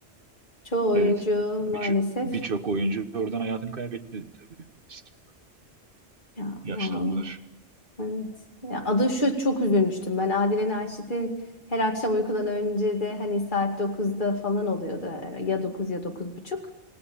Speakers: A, on the left; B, on the right.
A: Çoğu oyuncu
B: Evet. Ya
A: maalesef.
B: birço- birçok oyuncu oradan hayatını kaybetti tabii. Eski-
A: Ya
B: Yaşlandılar.
A: vallahi. Evet. Ya adı şu çok üzülmüştüm. Ben Adile Naşit'in her akşam uykudan önce de hani saat dokuzda falan oluyordu. Ya 9 ya dokuz buçuk